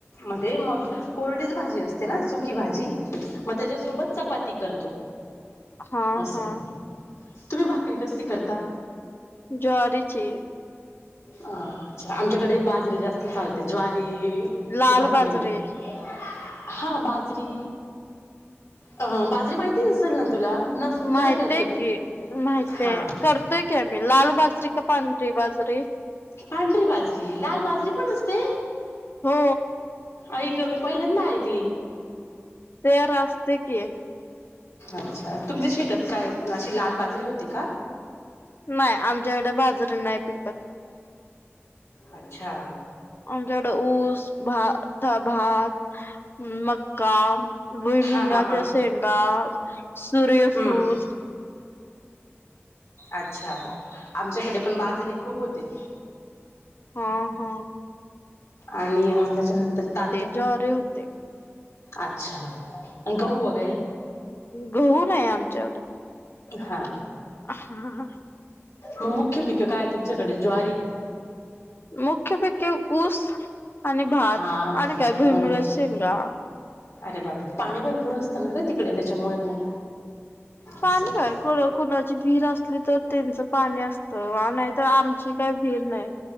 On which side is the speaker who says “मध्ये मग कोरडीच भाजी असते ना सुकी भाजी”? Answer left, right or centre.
Left